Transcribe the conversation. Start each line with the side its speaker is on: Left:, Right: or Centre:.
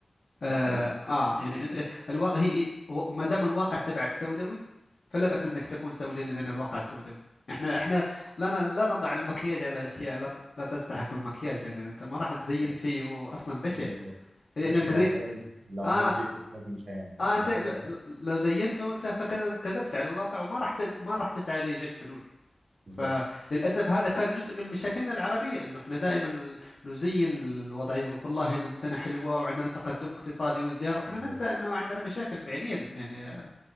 Left: آه,
Right: ده حقيقي
Left: آه يعني إن- إيه، الواقع هي هو- ما دام الواقع تبعك سوداوي فلا بأس أنك تكون سوداوي لأن الواقع سوداوي احنا احنا لا ن- لا نضع المكياج على اشياء لا ت- لا تستحق المكياج يعني انت ما راح تزين
Right: بالظبط
Left: شيء هو اصلا بشع
Right: بالظبط
Left: لانك
Right: وش لو
Left: زي
Right: بايظ لو
Left: اه
Right: عملت ايه لازم مش هيعمل.
Left: اه انت ل-
Right: فاهم
Left: ل- لو زينته انت فكذبت على الواقع وما راح ت- ما راح تسعى لايجاد حلول
Right: <laughs> بالظبط
Left: فللأسف هذا كان جزء من مشاكلنا العربية أنه إحنا دائما نزين الوضعية ويقول والله السنة حلوة وعندنا تقدم اقتصادي وازدهار وإحنا
Right: بالظبط
Left: ننسى أنه عندنا مشاكل فعليا يعني